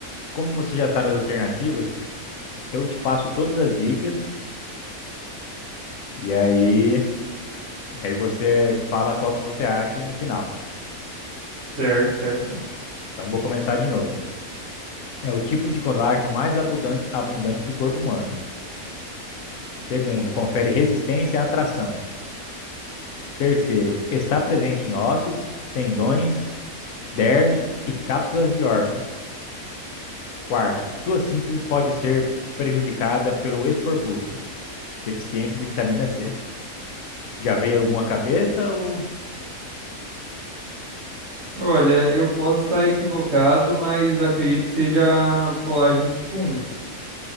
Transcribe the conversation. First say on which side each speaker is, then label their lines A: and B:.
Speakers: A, on the left; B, on the right.
A: como você já sabe as alternativas, eu te passo todas as dicas e aí, e aí você fala qual que você acha no final.
B: Certo, certo.
A: Então vou começar de novo. É o tipo de colágeno mais abundan- abundante do corpo humano. Segundo, confere resistência à tração. Terceiro, está presente em ossos, tendões, derme e cápsulas de órgãos. Quarto, sua síntese pode ser prejudicada pelo escorbuto, deficiência de vitamina C. Já veio alguma cabeça ou
B: Olha, eu posso estar equivocado, mas acredito que seja o colágeno do tipo 1.